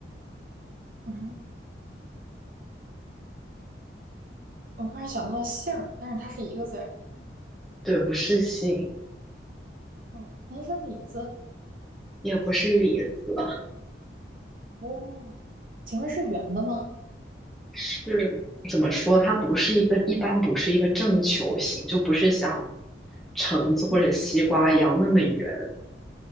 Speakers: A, on the right; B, in the centre.
A: 嗯，我突然想到了杏儿，但是它是一个字儿。
B: 对，不是杏，
A: 哦，南是李子，
B: 也不是李子。
A: 哦，请问是圆的吗？
B: 是怎么说？它不是一个，一般不是一个正球形，就不是像橙子或者西瓜一样那么圆。
A: 嗯